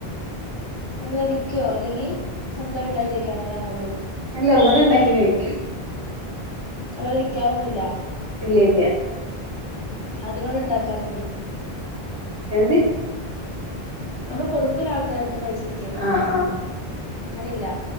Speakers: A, on the left; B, on the right.
A: അത് വിൽക്കുവോ അല്ലെങ്കിൽ സ്വന്തം ഉണ്ടാക്കി കഴിക്കുവോ അങ്ങനെയണള്ളൂ
B: അല്ല ഇവിടെ ഉണ്ടാക്കി കഴിക്കൂ
A: അല്ലാതെ വിൽക്കാറൊന്നുമ ഇല്ല
B: ഇല്ല ഇല്ലയ
A: ഉം അതിനോള്ള ഉണ്ടാക്കാറില്ലേ
B: എന്ത്‌
A: നമ്മള് കൊടുക്കൂല ആൾക്കാര്ക്ക് പൈസക്ക്
B: ആഹ് ആഹ്
A: അങ്ങനെല്ല